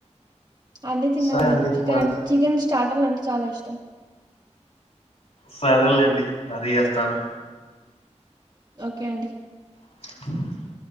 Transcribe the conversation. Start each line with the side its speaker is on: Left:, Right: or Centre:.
Right: అన్నీ తింటానండి
Left: సరే అండి
Right: చికెన్
Left: మరి
Right: చికెన్ స్టార్టర్లు అంటే చాలా ఇష్టం
Left: సరేలేండి మరీ చేస్తాను
Right: ఓకే అండి
Left: హామ్